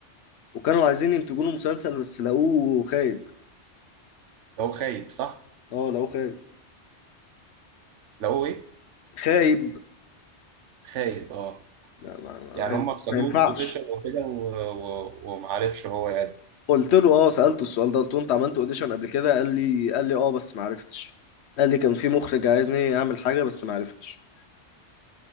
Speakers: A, on the left; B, on the right.
A: وكانوا عايزين ينتجوا له مسلسل بس لقوه خايب
B: لو خايب صح
A: اه لقوه خايب
B: لو هو ايه
A: خايب
B: خايب اه
A: لا ما, ما,
B: يعني هم خدوه
A: ما ينفعش
B: في اوديشن وكده و... و... ومعرفش هو يأدي
A: قلت له اه سألته السؤال ده قلت له انت عملت اوديشن قبل كده قال لي قال لي اه بس ما عرفتش قال لي كان في مخرج عايزني اعمل حاجة بس ما عرفتش